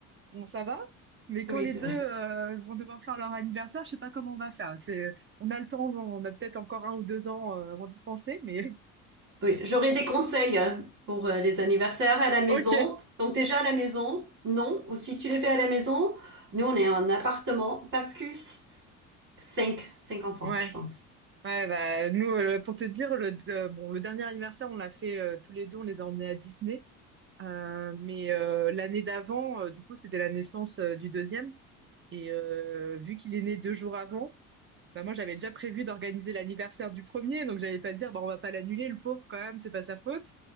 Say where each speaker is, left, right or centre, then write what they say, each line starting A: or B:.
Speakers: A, on the right; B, on the right.
A: bon, ça va. Mais quand
B: Oui,
A: les
B: c'est
A: deux
B: vrai.
A: euh, vont devoir faire leur anniversaire, je sais pas comment on va faire. C'est, on a le temps, on a peut-être encore un ou deux ans euh, avant d'y penser, mais
B: Oui, j'aurais des conseils hein, pour euh, les anniversaires à la maison.
A: <laughs> ok.
B: Donc déjà à la maison, non. Ou si tu les fais à la maison, nous on est en appartement, pas plus. Cinq, cinq enfants,
A: Ouais,
B: je pense.
A: ouais, bah nous, euh, pour te dire, le, le- bon, le dernier anniversaire, on l'a fait euh, tous les deux, on les a emmenés à Disney. Euh, mais euh, l'année d'avant, euh, du coup, c'était la naissance euh, du deuxième. Et euh, vu qu'il est né deux jours avant, Bah moi, j'avais déjà prévu d'organiser l'anniversaire du premier, donc j'allais pas dire, bon, on va pas l'annuler, le pauvre, quand même, c'est pas sa faute.